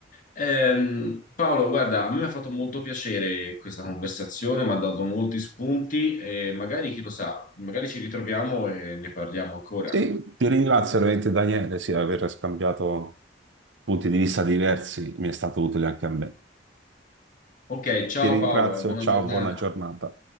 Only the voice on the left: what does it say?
Ehm, Paolo, guarda, a me mi ha fatto molto piacere questa conversazione, mi ha dato molti spunti e magari, chi lo sa, magari ci ritroviamo e ne parliamo ancora.
Ok, ciao
Paolo, e buona
giornata.